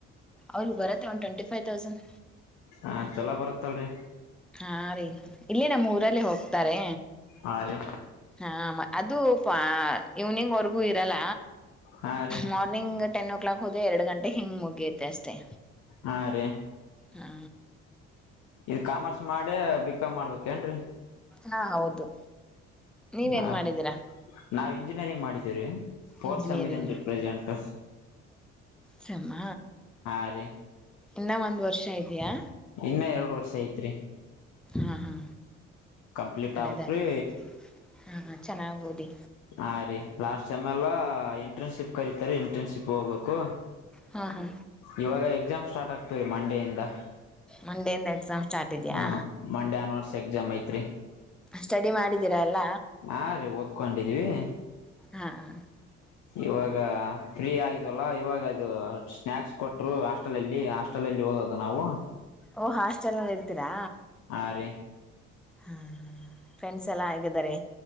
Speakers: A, in the centre; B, on the left.
A: ಅವ್ರಿಗೆ ಬರುತ್ತೆ ಒಂದು ಟ್ವೆಂಟಿ ಫೈವ್ ತೌಸಂಡ್
B: ಹ ಚೊಲೋ ಬರುತ್ತಲ್ರಿ.
A: ಹಾ ರೀ ಇಲ್ಲಿ ನಮ್ಮ್ ಊರಲ್ಲಿ ಹೋಗ್ತಾರೆ.
B: ಹಾ ರಿ
A: ಹ ಅದು ಪ ಇವ್ನಿಂಗ್ವರ್ಗೂ ಇರಲ್ಲ.
B: ಹಾ ರೀ
A: ಮರ್ನಿಂಗ್ ಟೆನ್ ಓ ಕ್ಲಕ್ ಹೋದದೆ ಎರಡು ಗಂಟೆ ಹಿಂಗ ಮುಗಿಯುತ್ತೆ ಅಷ್ಟೇ.
B: ಹಾ ರೀ
A: ಹಾ
B: ಇ ಕಾಮರ್ಸ್ ಮಾಡಿ ಬಿಕಾಮ್ ಮಾಡ್ಬೇಕ ಏನ್ರೀ
A: ಹಾ ಹೌದು. ನೀವೇನ್
B: ಹ
A: ಮಾಡಿದೀರಾ
B: ನಾವು ಇಂಜಿನಿಯರಿಂಗ್ ಮಾಡಿದ್ದೀವ್ರೀ ಫೋರ್ತ್
A: ಇಂಜಿನಿಯರಿಂಗ್
B: ಸೇಮ್ ಇದೀನಿ ರಿ ಪ್ರೆಸೆಂಟ್.
A: ಸಮ್ಮ
B: ಹಾ ರೀ
A: ಇನ್ನ ಒಂದ್ ವರ್ಷ ಇದಯಾ
B: ಇನ್ನ ಎರಡು ವರ್ಷ ಐತ್ರಿ.
A: ಹಾ ಹಾ
B: ಕಂಪ್ಲೀಟ್
A: ಒಳ್ಳೇದಾಗ್ಲಿ
B: ಆಗಬೇಕರೀ
A: ಹಾ ಹಾ ಚೆನ್ನಾಗ್ ಓದಿ
B: ಆ ರಿ ಲಾಸ್ಟ್ ಸೆಮ್ ಎಲ್ಲಾ ಇಂಟರ್ನ್ಶಿಪ್ ಕರೀತಾರೆ ಇಂಟರ್ನ್ಶಿಪ್ ಹೋಗ್ಬೇಕು.
A: ಹಾ ಹಾ
B: ಇವಾಗ ಎಕ್ಸಾಮ್ಸ್ ಸ್ಟಾರ್ಟ್ ಆಗ್ತೀವ ರೀ ಮಂಡೆಯಿಂದ
A: ಮಂಡೆಯಿಂದ ಎಕ್ಸಾಮ್ ಸ್ಟಾರ್ಟ್ ಇದೆಯಾ
B: ಹ ಮಂಡೆ ಅನ್ವರ್ಸ ಎಕ್ಸಾಮ್ ಐತ್ರಿ.
A: ಸ್ಟಡಿ ಮಾಡಿದೀರಾ ಎಲ್ಲ.
B: ಹಾ ರೀ ಓದ್ಕೊಂಡಿದ್ವಿ.
A: ಹಾ ಹ
B: ಇವಾಗ ಫ್ರೀ ಆಗಿದ್ವಲ್ಲ ಇವಾಗ ಅದು ಸ್ನಾಯಕ್ಸ್ ಕೊಟ್ರು ಹಾಸ್ಟೆಲ್ಲ್ಲಿ ಹಾಸ್ಟೆಲ್ ಅಲ್ಲಿ ಓದದ ನಾವು
A: ಓ ಹಾಸ್ಟೆಲ್ ನಲ್ಲಿ ಇರ್ತೀರಾ.
B: ಹಾ ರೀ
A: ಹಾ ಫ್ರೆಂಡ್ಸ್ ಎಲ್ಲಾ ಆಗಿದಿದ್ದಾರೆ.